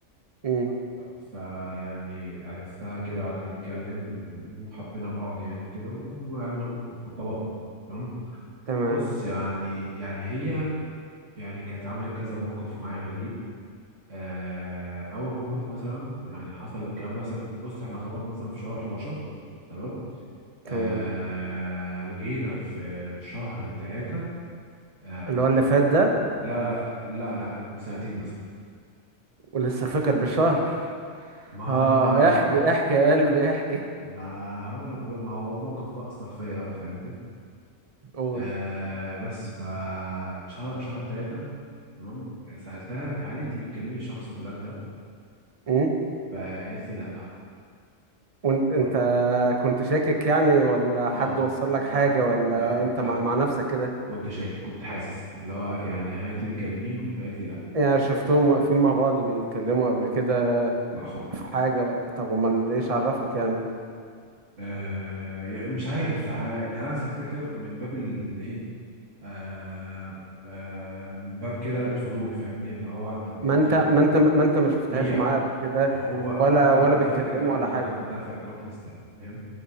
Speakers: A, on the right; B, on the right.
A: امم
B: فيعني عرفتها كده وقعدنا نتكلم و- وحبينا بعض يعني وكده ويعني وارتبطنا تمام
A: تمام
B: بص يعني يعني هي يعني كانت عملت كذا موقف معايا غريب آه أول موقف مثلا يعني حصل الكلام ده مثلا بص احنا ارتبطنا مثلا في شهر 11 تمام
A: تمام
B: آه جينا في شهر ثلاثة آه قلت-
A: اللي هو اللي فات ده
B: لا لا لا لا لا من سنتين مثلا
A: ولسه فاكر بالشهر
B: ما
A: اه احكي احكي يا قلبي احكي
B: ما اقول لك بقى ما هو موقف بقى اثر فيا بقى فاهمني
A: قول
B: آه بس ف شهر شهر ثلاثة تمام سألتها هل انت بتكلمي شخص فلان ده
A: امم
B: فقالت لي لا
A: وانت انت
B: قلت
A: كنت شاكك يعني ولا حد
B: اه
A: وصل لك حاجة
B: لا
A: ولا
B: لا
A: انت
B: لا
A: مع, مع نفسك كده
B: كنت شاكك كنت حاسس اللي هو يعني هل انت بتكلميه فقالت لي لا
A: يعني شفتهم واقفين مع بعض بيتكلموا قبل كده
B: لا خالص
A: في حاجة طب امال ايش عرفك يعني
B: آه يعني مش عارف ه- يعني انا سالتها كده من باب الايه آه آه من باب كده الفضول فاهمني اللي هو طب هو
A: ما
B: انت
A: انت ما انت ما انت ما شفتهاش
B: هي
A: معاه قبل كده
B: هو
A: ولا
B: هو كان
A: ولا
B: عندها
A: بيتكلموا
B: في الاكونت
A: ولا حاجة
B: هو كان عندها في الاكونت انستا فاهم